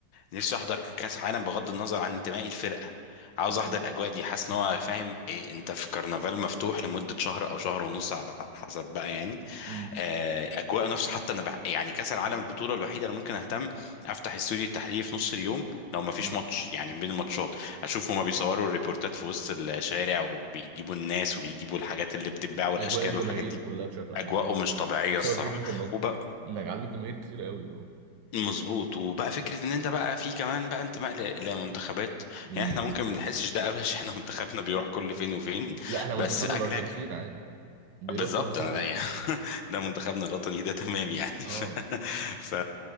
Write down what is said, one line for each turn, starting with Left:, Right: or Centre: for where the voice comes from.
Left: نفسي احضر كاس عالم بغض النظر عن انتمائي الفرقه عاوز
Right: مم.
Left: احضر الاجواء دي حاسس ان هو فاهم إيه انت في كرنفال مفتوح لمده شهر او شهر ونص على حسب بقى يعني
Right: مم.
Left: آه، اجواءه نفسه حتى انا بح... يعني كاس العالم البطوله الوحيده اللي ممكن اهتم افتح استوديو التحليل في نص اليوم لو ما فيش
Right: مم.
Left: ماتش يعني بين الماتشات اشوف هما بيصوروا الريبورتات في وسط الشارع وبيجيبوا الناس وبيجيبوا الحاجات اللي بتتباع والاشكال
Right: اجواء الجماهير
Left: والحاجات دي
Right: كلها بشكل عام
Left: اجواءه
Right: اه
Left: مش طبيعيه
Right: بسبب
Left: الصراحه
Right: فكره انك
Left: وبقى
Right: انك عندك جماهير كتير قوي اه
Left: مظبوط وبقى فكره ان انت بقى في كمان بقى انتماء ل- لمنتخبات
Right: مم.
Left: يعني احنا ممكن ما نحسش ده قوي <laughs> عشان احنا منتخبنا بيروح كل فين وفين
Right: لا احنا منتخبنا
Left: بس بقى
Right: الارجنتين
Left: كده
Right: عادي بيروح
Left: بالظبط
Right: كل سنه
Left: انا ده
Right: عادي
Left: <laughs> ده منتخبنا
Right: اه
Left: الوطني ده تمام يعني
Right: اه
Left: <laughs> ف... ف...